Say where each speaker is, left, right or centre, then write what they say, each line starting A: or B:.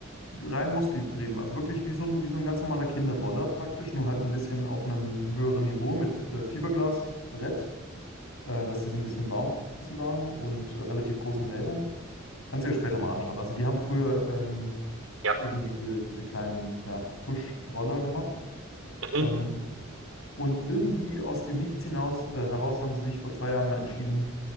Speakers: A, on the left; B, on the right.
A: Rein muskelbetrieben, also wirklich wie so ein, wie so ein ganz normaler Kinderroller praktisch, nur halt ein bisschen auf einem höheren Niveau mit äh, Fiberglasbrett, äh, dass die so ein bisschen bouncy waren und äh, relativ großen Rädern. Kannst du dir später mal anschauen. Also die haben früher ähm,
B: Ja.
A: eben diese, diese kleinen ja, Push-Roller gemacht.
B: Mhm.
A: Ähm,
B: Mhm.
A: und irgendwie aus dem Nichts hinaus, äh, heraus haben sie sich vor zwei Jahren mal entschieden,